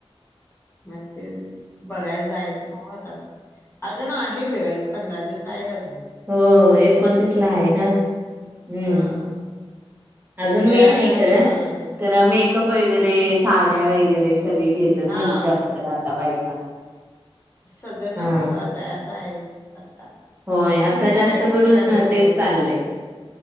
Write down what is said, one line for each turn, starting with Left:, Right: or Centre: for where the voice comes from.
Left: म ते बघायला जायचं बघू आता, अजून आहे वेळ पंधरा दिवस आहे अजु
Right: हो एकोणतीस ला आहे ना, उम
Left: हां, ते
Right: अजून
Left: वेळानं
Right: वेळ हाय खरं,
Left: चालू झाले.
Right: कर मेकअप वगैरे, साड्या वगैरे स सगळे घेतात
Left: हां,
Right: न, जास्त आता बायका
Left: सजनं
Right: हा
Left: महत्त्वाच आहे असं आहे आता,
Right: होय
Left: पूर्वीच्या
Right: आता जास्त
Left: काळी कुठं
Right: करून
Left: काय होतं.
Right: तेच चाललंय.